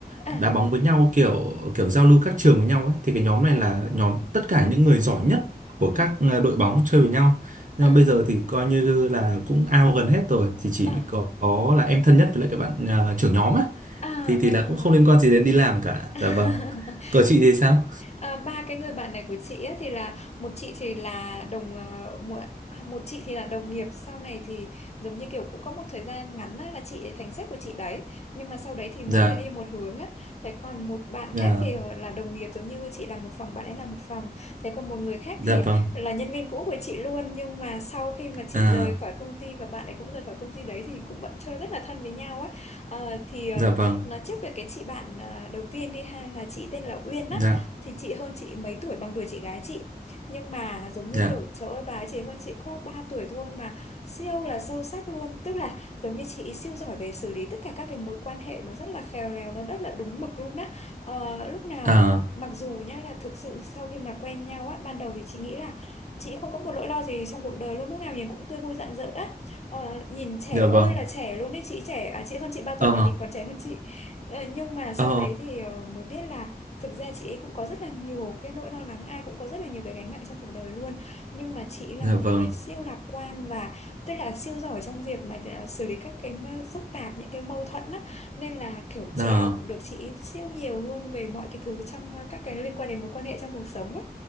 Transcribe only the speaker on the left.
à,
à,
à,
à,
à,
à, à,
à,
à. <laughs>
À, ba cái người bạn này của chị ấy, thì là một chị thì là đồng ờ, một, một chị thì là đồng nghiệp sau này thì giống như kiểu cũng có một thời gian ngắn á, là chị ấy thành sếp của chị đấy nhưng mà sau đấy thì mỗi
người đi một hướng á thế còn một bạn
khác thì ờ, là đồng nghiệp giống như chị là một phòng bạn ấy là một phòng thế còn một người khác
thì
là nhân viên cũ của chị luôn nhưng mà sau khi mà chị
rời khỏi công ty và bạn ấy cũng rời khỏi công ty đấy thì cũng vẫn chơi rất là thân với nhau á Ờ, thì ờ,
nói trước về cái chị bạn ờ, đầu tiên đi ha là chị tên là Uyên á
thì chị hơn chị mấy tuổi bằng tuổi chị gái chị nhưng mà giống như
kiểu trời ơi bà ấy chỉ hơn chị có 3 tuổi thôi mà siêu là sâu sắc luôn tức là giống như chị siêu giỏi về xử lý tất cả các cái mối quan hệ nó rất là khéo léo nó rất là đúng mực luôn á Ờ, lúc nào
mặc dù nhá là thực sự sau khi mà quen nhau á ban đầu thì chị nghĩ là chị không có một nỗi lo gì trong cuộc đời luôn lúc nào nhìn cũng tươi vui rạng rỡ á Ờ, nhìn trẻ
ơi là trẻ luôn đấy chị trẻ à chị hơn chị 3 tuổi
mà nhìn còn trẻ hơn chị Ờ, nhưng mà sau
đấy thì ờ, mới biết là Thực ra chị ấy cũng có rất là nhiều cái nỗi lo lắng, ai cũng có rất là nhiều cái gánh nặng trong cuộc đời luôn. Nhưng mà chị ấy là
một
người siêu lạc quan và tức là siêu giỏi trong việc mà à, xử lý các cái mơ- phức tạp, những cái mâu thuẫn á. Nên là kiểu chị
học được chị ấy siêu nhiều luôn về mọi cái thứ trong à, các cái liên quan đến mối quan hệ trong cuộc sống á.